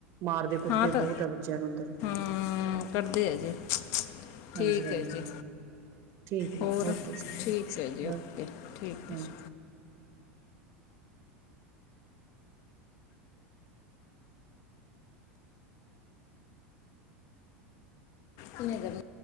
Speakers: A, on the right; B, on the left.
A: ਮਾਰਦੇ -ਕੁੱਟਦੇ
B: ਹਾਂ ਤਾਂ
A: ਬਹੁਤ ਆ ਬੱਚਿਆਂ ਨੂੰ ਅੰਦਰ
B: ਹਾਂ ਕਰਦੇ ਆ ਜੀ।
A: ਹਾਂਜੀ
B: ਠੀਕ
A: -ਹਾਂਜੀ।
B: ਹੈ ਜੀ
A: ਠੀਕ ਹੈ
B: ਹੋਰ
A: ਜੀ ਓਕੇ ਜੀ
B: ਠੀਕ ਹੈ ਜੀ
A: -ਓਕੇ
B: ਠੀਕ ਹੈ
A: ਹਾਂ।
B: ਜੀ ਕੀ ਹੈਗੇ ਨੇ,